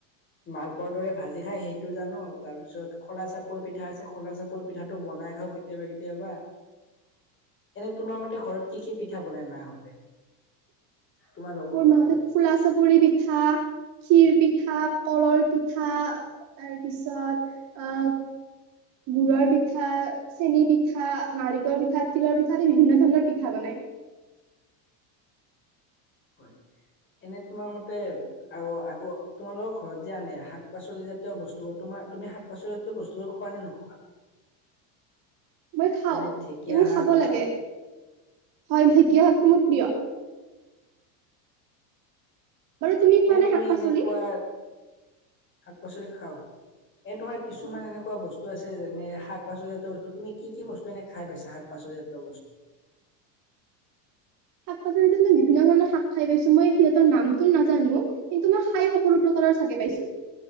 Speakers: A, on the left (about 25°); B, on the right (about 45°).
A: মালপোৱা দৰে ভাজি খাই সেইটো জানো তাৰ পিছত খলা চাপৰ পিঠা আছে খলা চাপৰ পিঠাটো বনাই খাও কেতিয়াবা কেতিয়াবা এনে তোমাৰ মতে ঘৰত কি কি পিঠা বনাই মাহঁতে?
B: <inaudible>
A: তোমালোকৰ
B: মোৰ
A: ঘৰত
B: মাহঁতে খোলা চাপৰি পিঠা, খিৰ পিঠা, কলৰ পিঠা তাৰ পিছত আ, গুৰৰ পিঠা চেনী পিঠা, নাৰিকল পিঠা, তিলৰ পিঠা আদি বিভিন্ন ধৰণৰ পিঠা বনায়।
A: হয়, এনে তোমাৰ মতে আৰু আৰু তোমালোকৰ ঘৰত যে আনে শাক পাচলি জাতীয় বস্তুবোৰ তোমাৰ তুমি শাক <unintelligible> বস্তুবোৰ খোৱা নে নোখোৱা?
B: মই খাও,
A: যেনে ঢেকীয়া
B: এইবোৰ
A: শাক
B: খাব লাগে।
A: বা
B: হয়, ঢেঁকীয়া শাকটো মোৰ প্ৰিয়। বাৰু খোৱা
A: এ
B: নে
A: তুমি
B: শাক পাচলি
A: এনেকুৱা শাক পাচলি খাও, এ তোমাৰ কিছুমান
B: শাক
A: এনেকুৱা বস্তু আছে যেনে শাক পাচলি জাতীয় বস্তু, তুমি কি কি বস্তু এনে খাই পাইছা শাক পাচলি জাতীয় বস্তু
B: শাক পাচলিৰ ভিতৰত মই বিভিন্ন ধৰণৰ শাক খাই পাইছো মই সিহঁতৰ নামটো নাজানো কিন্তু মই খাই সকলো প্ৰকাৰৰ চাগে পাইছো।